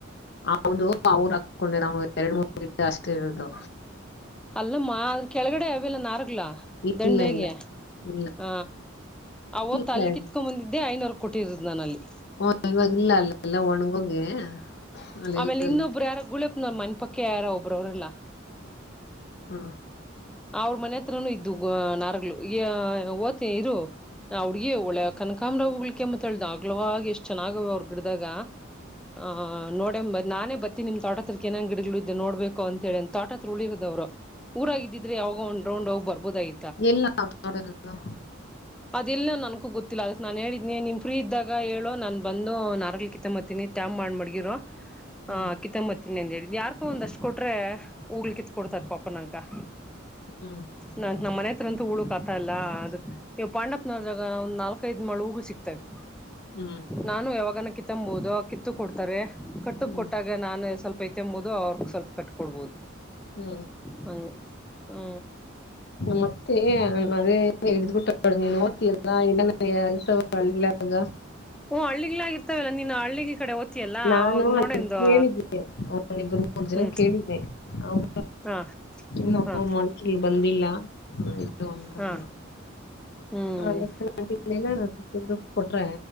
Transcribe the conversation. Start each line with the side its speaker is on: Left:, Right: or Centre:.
Left: ಹೌದು ಅವರು ಹಕೊಂಡೆ ನಾ ಎರಡ್ ಮೂರು ದಟ ಅಷ್ಟೇ ಇರದು
Centre: ಅಲ್ಲಮ್ಮ ಆದ್ರ ಕೆಳಗಡೆ ಅವಲ್ಲ ನಾರ್ಗ್ಲಾ
Left: ಇಲ್ಲ
Centre: ದಂಡೆಗೆ
Left: ಇಲ್ಲ ಇಲ್ಲ
Centre: ಹ ಅವತ್ತು
Left: ಇಲ್ಲ
Centre: ಅಲ್ಲಿ ಕಿತ್ಕೊ್ ಬಂದಿದ್ದೆ ಐನೂರು ಕೊಟ್ಟಿರುದು್ ನಾನ ಅಲ್ಲಿ
Left: ಹ ಇವಾಗಲ್ಲ ಅಲ್ಲ ಎಲ್ಲ ಒಣಗೋಗಿ ಅಲ್ಲೆಲ್ಲ
Centre: ಆಮೇಲೆ ಇನ್ನೊಬ್ರು ಯಾರ ಗುಳೆಪ್ನ ಮನೆ ಪಕ್ಕ ಯಾರೊ ಒಬ್ರು ಅವ್ರಲ್ಲಾ
Left: ಹೂ
Centre: ಅವ್ರ ಮನೆ ಹತ್ರನುೂ ಇದ್ದು ನಾರಲು ಈ ಓತಿ ಇರು ನ ಹುಡ್ಗಿ ಒಳೆ ಕನಕಾಮ ರರಾವ ಹು್ಿಕ ಕೆಮ್ಮತ್ ಹೇಳ್ದ ಆಗ್ಲವಾಗ ಎಷ್ಟ ಷ್ಟ ಚೆನ್ನಾಗ ಅವ್ಗ್ ಬಿಡಿದಾಗ ಆ ನೋಡ ನಾನೇ ಬ ನಿಮ್ ತೋಟ ಹತ್ರ ಏನಂಗ ಗಿಡಗಳು ಇದದೆ ನೋಡ್ಬೇಕು ಅಂತಿ ಅಂತ ತೋಟ ಹತ್ರ ಉಳಿರೋವ್ರು ಊರಾಗಿದ್ದ ಯೊಂಡ್ರೊಂಡ್ೋಗಿ ಬರ್ಬೋದ ಐತಿ
Left: ಇಲ್ಲ ನಾವು ನೋಡಿರೋದು
Centre: ಅದ ಇಿಲ್ಲ ನ ನನ್ಕೂ ಗೊತ್ತಿಲ್ಲ ಅದಕ್ ನಾನ್ ಹೇಳಿದನಿ ನಿಮ್ ಫ್ರೀ ಇದ್ದಾಗ ಹೇಳೋ ನಾನ್ ಬಂದು ನ ಅರಗ್ಲಿ ಕಿತ್ತಂಬ್ತನಿ ಸ್ಟಾಮಪ್ ಮಾಡಗಿರ
Left: ಹ್ಮ್
Centre: ಹಾ ಕಿತ್ತಂಬತ್ತಿನಿ ಅಂತ ಹೇಳ ಯಾರ್ಕೊ ಒಂದಷ್ಟ್ ಕೊಟ್ರೊಗ್್ಲಿ ಕಿತ್ ಕೊಡ್ತಾರ ಪಾಪ ನಂ ಕಹ
Left: ಹೂ
Centre: ನಾ ನಮ್ಮ ಮನೆ ಹತ್ರಂತೂ ಹೂಳುಕ್ ಆತಾ ಇಲ್ಲ ಅದಕ್ ನೀವು ಪಾಂಡಪ್ನವಾಗ ಒಂದ್ ನಾಲ್ಕೈಐದ ಮಳ ಹೂ ಸಿಕ್ತವೆ
Left: ಹೂ
Centre: ನಾನು ಯಾವಾಗನ ಕಿತ್ತಂಬಬಹುದು ಕಿತ್ತು ಕೊಡ್ತಾರೆ ಕಟ್ಟುಕ್
Left: ಹ್ಮ್
Centre: ಕೊಟ್ಟಾಗ
Left: ಹ್ಮ್
Centre: ಈಗ ನಾನು ಸ್ವಲ್ಪ ಐತೆಂಬಹುದು ಅವ್ರ ಸ್ವಲ್ಪ ಕಟ್ಕ ಕೊಡ್ಬಹದು
Left: ಹೂ
Centre: ಹ ಹ್ಮ್
Left: ಮತ್ತೆ ನ ಅದೇ ಹಿಡ್ಬಿಟ್ಟ ನೀನ್ ೋಗ್ತಿಯಲ್ಲ ಇಲ್ಲಂದ ಕೆಲಸಲ್ಲಾಗ
Centre: ಓ್ ಹಳ್ಳಿಗ್ಗಳಾಗಿರ್ತಾವವಲ್ಲ ನಿನ್ನ ಹಳ್ಳಿ ಕಡೆ ಓದ್ತಿಯಲ್ಲ
Left: ನಾನು
Centre: ಅವಾಗ್ ನೋಡೆಂದು
Left: ಅದ ಕೇಳಿದ್ದೀನೆ ಅವ ಇಬ್ರು ಮೂರು ಜನ
Centre: ಹ್ಮ್
Left: ಕೇಳಿದ್ದೇ ಅವ
Centre: ಹಾ
Left: ಇಲ್ಲ
Centre: ಹಾ
Left: ಮಕಿಲ್ ಬಂದಿಲ್ಲ ಇದು ಅಂತಂದ್ರ
Centre: ಹಾ ಹ್ಮ್
Left: ಹ ನ್ನೆಲ್ಲ ನಾ ಸಿಕ್ ಗ್ರೂಪ್ ಕೊಟ್ರೆ